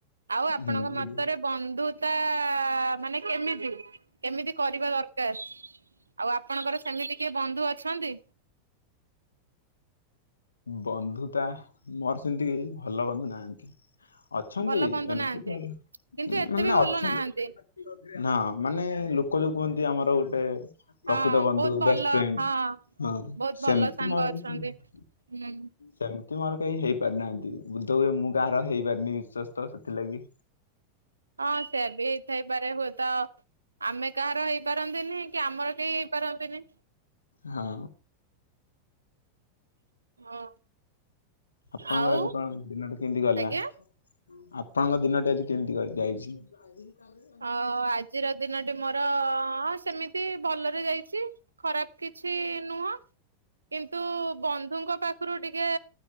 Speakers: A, on the right; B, on the left.
A: ଆଉ ଆପଣଙ୍କ
B: ହୁଁ ଆଜ୍ଞା।
A: ମତରେ ବନ୍ଧୁତା ତା ମାନେ କେମିତି କେମିତି କରିବା ଦରକାର? ଆଉ ଆପଣଙ୍କର ସେମିତି କିଏ ବନ୍ଧୁ ଅଛନ୍ତି?
B: ବନ୍ଧୁତା ମୋର ସେମିତି ଭଲ ବନ୍ଧୁ ନାହାନ୍ତି। ଅଛନ୍ତି
A: ଭଲ ବନ୍ଧୁ
B: ଏମିତି
A: ନାହାନ୍ତି।
B: ଭଲ
A: କିନ୍ତୁ ଏତେ
B: ମାନେ
A: ବି ଭଲ
B: ଅଛନ୍ତି।
A: ନାହାନ୍ତି।
B: ନା ମାନେ ଲୋକ ଯୋଉ କୁହନ୍ତି ଆମର ଗୋଟେ ପ୍ରକୃତ
A: ହଁ
B: ବନ୍ଧୁ
A: ବହୁତ ଭଲ
B: ବେଷ୍ଟ ଫ୍ରେଣ୍ଡ
A: ହଁ
B: ହଁ
A: ବହୁତ
B: ସେମିତି
A: ଭଲ ସାଙ୍ଗ
B: ମୋର
A: ଅଛନ୍ତି
B: କିଛି ନାହିଁ
A: ହୁଁ।
B: ସେମିତି ମୋର କେହି ହେଇପାରିନାହାନ୍ତି। ବୋଧ ହୁଏ ମୁଁ କାହାର ହେଇପାରିନି ବିଶ୍ଵସ୍ତ ସେଥିଲାଗି।
A: ହଁ ସେଇଆ ବି ହେଇ ଥାଇପାରେ ହୁଏ ତ ଆମେ କାହାର ହେଇପାରନ୍ତିନି କି ଆମର କେହି ହେଇପାରନ୍ତିନି।
B: ହଁ।
A: ହଁ
B: ଆପଣଙ୍କର
A: ଆଉ
B: ଆଜି କଣ ଦିନ ଟା କେମିତି ଗଲା?
A: ଆଜ୍ଞା।
B: ଆପଣଙ୍କ ଦିନଟା ଆଜି କେମିତି କଣ ଯାଇଛି? <inaudible>
A: ଓ ଆଜିର ଦିନଟି ମୋର ସେମିତି ଭଲରେ ଯାଇଛି। ଖରାପ କିଛି ନୁହଁ କିନ୍ତୁ ବନ୍ଧୁଙ୍କ ପାଖରୁ ଟିକେ